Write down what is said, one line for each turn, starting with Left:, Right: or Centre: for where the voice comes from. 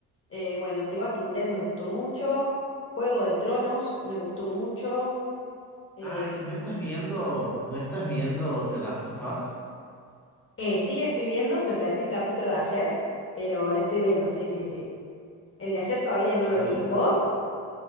Left: eh, bueno, The Walking Dead me gustó mucho, Juego de Tronos me gustó mucho. Em,
Centre: Ah, y no estás viendo, no estás viendo The Last of Us.
Left: eh, sí, la estoy viendo, me perdí el capítulo de ayer, pero la estoy viendo, sí, sí, sí. El de ayer todavía no
Centre: Ay,
Left: lo vi.
Centre: vos
Left: ¿Vos?
Centre: sabés que.